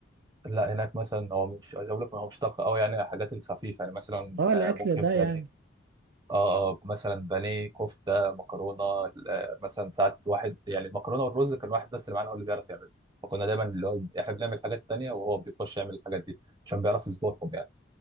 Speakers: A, on the right; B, on the right.
A: لا هناك مثلا هو مش عايز اقول لك هو مش طبخ قوي يعني الحاجات الخفيفه يعني مثلا
B: اه
A: آه،
B: الاكل
A: ممكن
B: ده
A: بانيه
B: يعني
A: اه اه مثلا بانيه كفته مكرونه آه، مثلا ساعات واحد يعني المكرونه والرز كان واحد بس اللي معانا هو اللي بيعرف يعمل فكنا دايما اللي هو احنا بنعمل حاجات تانية وهو بيخش يعمل الحاجات دي عشان بيعرف يظبطهم يعني